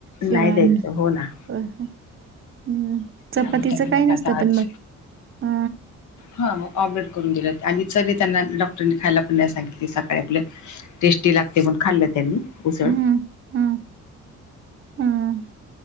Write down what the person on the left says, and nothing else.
नाही
द्यायचं हो ना
त्यामुळे त्यांना
म्हटलं
आता आज
हां आमलेटकरून दिले आणि चरी त्यांना डॉक्टरनी खायला पण नाही सांगितली सकाळी आपलं टेस्टी लागते म्हण खाल्लं त्यांनी उसळ